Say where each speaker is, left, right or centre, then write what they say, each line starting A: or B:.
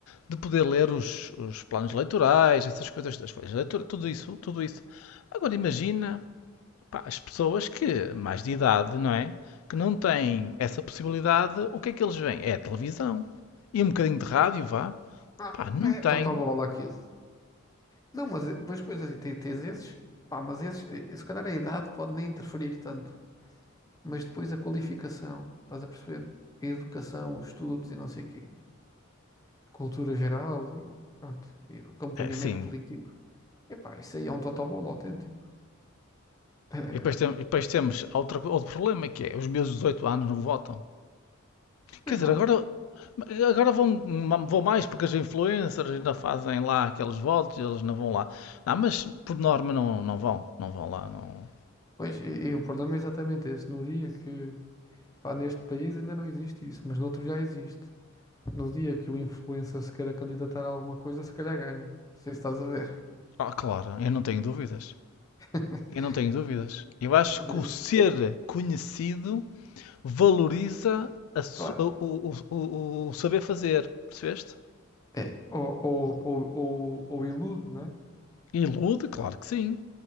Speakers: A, on the left; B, on the left.
A: de poder ler os, os planos eleitorais, essas coisas, as folhas de leitura, tudo isso, tudo isso. Agora imagina Pá, as pessoas que, mais de idade, não é? Que não têm essa possibilidade, o que é que eles veem? É a televisão. E um bocadinho de rádio, vá.
B: Ah,
A: Pá, não
B: é
A: tem.
B: totobola aquilo. Não, mas eh, depois, depois assim, te- tens esses, pá, mas esses, eh, eh, se calhar a idade pode nem interferir tanto, mas depois a qualificação, estás a perceber? A educação, os estudos e não sei o quê, a cultura geral e pronto, e o acompanhamento
A: É, sim.
B: político. Epá, isso aí é um totobola autêntico. <laughs>
A: E depois, tem- e depois temos outro, outro problema que é os meus 18 anos não votam.
B: Pois
A: Quer dizer,
B: não.
A: agora, agora vão, vão mais porque as influencers ainda fazem lá aqueles votos e eles não vão lá. Não, mas por norma não, não vão. Não vão lá. Não...
B: Pois, e, e o problema é exatamente esse. No dia que, pá, neste país ainda não existe isso, mas noutro já existe. No dia que o influencer se queira candidatar a alguma coisa, se calhar ganha. Não sei se estás a ver.
A: Ah, claro, eu não tenho dúvidas.
B: <laughs>
A: Eu não tenho dúvidas. Eu acho
B: E,
A: que
B: aí,
A: o ser conhecido valoriza a su-
B: Claro.
A: o, o- o- o- saber fazer, percebeste?
B: É. Ou, ou, ou, ou, ou ilude, né?
A: Ilude, claro que sim.